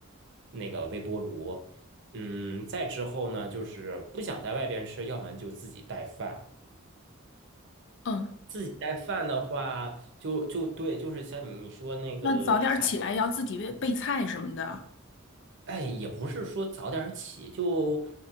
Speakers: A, on the right; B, on the left.
A: 那个微波炉。嗯，再之后呢，就是不想在外边吃，要么就自己带饭。
B: 嗯，
A: 自己带饭的话，就就对，就是像你说那个排，
B: 那早点儿起来要自己备备菜什么的，
A: 哎，也不是说早点儿起，就